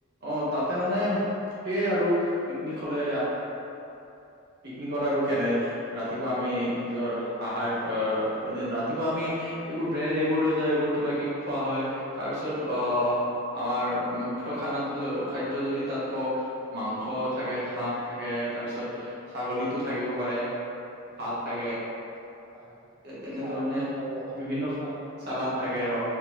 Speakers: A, on the right; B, on the right.
A: অ' তাতে মানে সেয়ে আৰু পিকনিক হ'লে পিকনিকত আৰু কেনে ৰাতিপুৱা আমি নিজৰ আহাৰ আহ ৰাতিপুৱা আমি এইবোৰ ব্ৰেড এইবোৰ লৈ যায় এইবোৰ কিবা কিবি খোৱা হয়, তাৰ পিছত
B: হয়
A: আহ আমাৰ মুখ্য খানা খাদ্য যদি তাত কওঁ। মাংস থাকে হাঁহ থাকে তাৰপিছত ছাগলীতো থাকিব পাৰে। ভাত
B: হয় হয়
A: থাকে।
B: হয়
A: তেনেধৰণে
B: চালাড থাকে আৰু লগত
A: বিভিন্ন
B: চালাড
A: চালাদ থাকে
B: হয়
A: অ